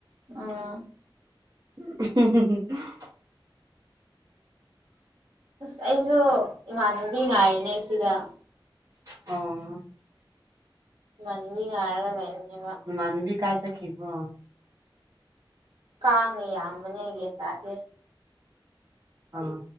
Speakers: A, on the right (about 65°); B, on the right (about 40°).
A: ꯑꯥ
B: <unintelligible>
A: ꯑꯁ ꯑꯩꯁꯨ ꯏꯃꯥꯟꯅꯕꯤ ꯉꯥꯏꯔꯤꯅꯦ ꯁꯤꯗ
B: ꯑꯣ
A: ꯏꯃꯥꯟꯅꯕꯤ ꯉꯥꯏꯔꯒ ꯂꯩꯕꯅꯦ ꯃ
B: ꯏꯃꯥꯟꯕꯤ ꯀꯥꯏ ꯆꯠꯈꯤꯕꯔꯣ
A: ꯀꯥꯡꯅ ꯌꯥꯝꯕꯅꯦꯒꯤ ꯇꯥꯗꯦ
B: ꯑꯥ